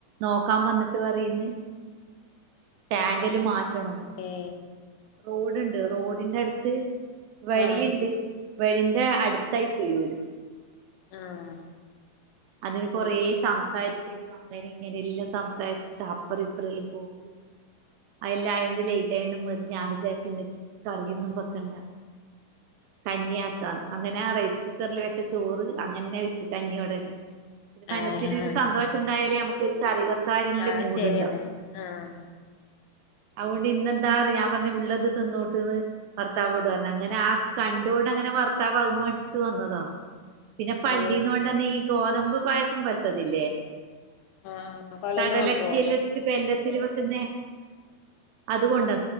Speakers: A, on the right; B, on the left.
A: നോക്കാൻ വന്നിട്ട് പറയന്ന് ടാങ്കില് മാറ്റണം
B: ഏഹ്
A: റോഡുണ്ട് റോഡിന്റെ അടുത്ത് വഴിയുണ്ട്
B: ആ
A: വെളിന്റെ അടുത്തായി പോയോരും
B: ആഹ്
A: അതിന് കൊറെ സംസാരിക്കലോ അങ്ങനെ ഇങ്ങനെ എല്ലാം സംസാരിച്ചിട്ട് അപ്പറം ഇപ്പറല്ലും പോക്കൂ അതെല്ല ആയൊണ്ട് ലേറ്റ് ആയണ്ട് മതി ഞാവിജാരിച്ചിന്ന് കറിയൊന്നും വെക്കണ്ട കഞ്ഞി ആക്കാന്ന് അങ്ങനെ ആ റൈസ് കുക്കറിൽ വെച്ച ചോറ് അങ്ങനെ വെച്ച കഞ്ഞിയോടന്നെ മനസ്സിന്
B: ആ
A: ഒരു
B: ആ
A: സന്തോഷം ഉണ്ടായാലേ നമുക്ക് ക്ക് കറിവക്കാരില്
B: ആഹ്
A: മൂഡണ്ടാവും
B: ശരിയാണ് ആഹ്
A: അയ്കൊണ്ട് ഇന്നെന്താ ഞാൻ പറഞ്ഞ ഉള്ളത് തിന്നോട്ട്ന്ന് ഭർത്താവോട് പറഞ്ഞ അങ്ങനെ ആ കണ്ടോട അങ്ങനെ ഭർത്താവ് <unintelligible> വന്നതാണ് പിന്നെ പള്ളീന്ന്
B: ഈ
A: കൊണ്ടന്ന് ഈ ഗോതമ്പ് പായസം പോലത്തതില്ലേ
B: ആഹ് പള്ളീന്ന്
A: കടലക്കെല്ലാം
B: കൊണ്ടരോ
A: ഇട്ടിട്ട് ബെല്ലത്തിൽ വെക്കുന്നേ അതുകൊണ്ടാ